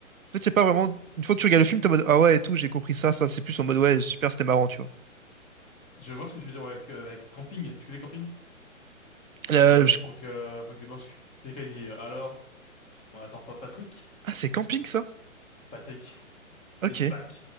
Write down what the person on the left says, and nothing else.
Je vois ce que tu veux dire, ouais, avec, euh, avec Camping. Tu connais Camping?
Euh, avec
Franck, euh, Franck Dubosc. C'est quand il dit, euh, alors, on n'attend pas Patrick?
Patrick
is back.